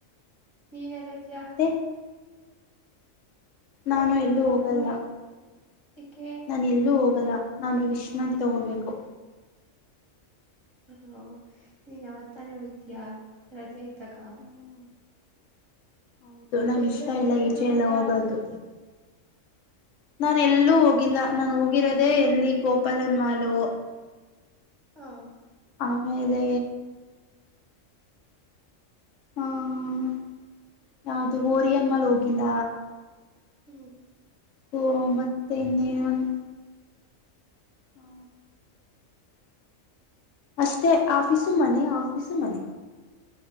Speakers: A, on the right (about 25°); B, on the left (about 70°).
A: ನೀನ್ ಎಲ್ಲಐತಿಯಾ
B: ಮತ್ತೆ ನಾನು
A: ಶನಿವಾರ
B: ಎಲ್ಲೂ ಹೋಗಲ್ಲ
A: ಭಾನುವಾರ ಏಕೆ
B: ನಾನ ಎಲ್ಲೂ ಹೋಗ ಲ್ಲ ನಾನು ವಿಶ್ರಾಂತಿ ತಗೋಬೇಕು
A: ಹ ನೀನ್ ಯಾವತ್ತಾನೇ ಹಯ್ತೀಯ ರಜೆ ಇದ್ದಾಗ
B: ಹ್ಮ್ ಹೌದು ನಂಗ
A: ಬೆಂಗ್ಳೂರಲ್ಲಿ
B: ಇಷ್ಟ ಇಲ್ಲ
A: ಎಲ್ಲೆಲ್ಲಿ
B: ಈಚೆ
A: ಹೋಗಿದ್ಯಾ
B: ಎಲ್ಲ ಹೋಗೋದು ನಾನ ಎಲ್ಲೂ ಹೋಗಿಲ್ಲ ನಾ ಹೋಗಿರೋದೆೇ ಎಲ್ಲಿ ಗೋಪಾಲನ್ ಮಾಲು
A: ಹಾ
B: ಆಮೇಲೆ ಹ್ಮ ಯಾವದು ಓರಿಯನ್ ಮಲ್ ಹೋಗಿಲ್ಲ
A: ಹ್ಮ್
B: ಓ ಮತ್ತೆ ಇನ್ನನ್ ಹಾ ಅಷ್ಟೇ
A: ನೀ
B: ಆಫೀಸು ಮನೆ ಆಫೀಸು ಮನೆ